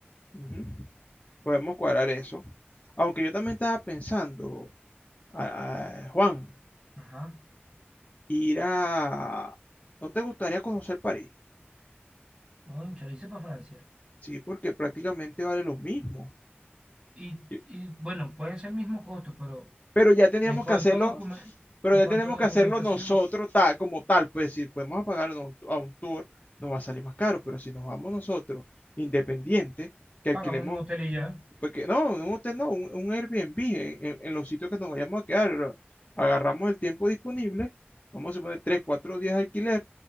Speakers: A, on the left (about 40°); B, on the right (about 25°).
A: Ujú. Podemos cuadrar eso. Aunque yo también estaba pensando, ah, Juan,
B: Ajá.
A: ir a... ¿No te gustaría conocer París?
B: Cónchale, hice para Francia.
A: Sí, porque prácticamente vale lo mismo.
B: Y,
A: Sí.
B: y bueno, puede ser el mismo costo, pero
A: Pero ya teníamos
B: en cuanto
A: que hacerlo,
B: a documen-
A: pero
B: en
A: ya
B: cuanto
A: tenemos
B: a documentación,
A: que hacerlo nosotros tal, como tal. Pues si podemos pagar a un a un tour, nos va a salir más caro. Pero si nos vamos nosotros, independientes, que alquilemos
B: pagamos un hotel y ya.
A: Porque no, un hotel no, un, un Airbnb en, en- en los sitios que nos vayamos a quedar. lo- Agarramos el tiempo disponible, vamos a poner 3 4 días de alquiler,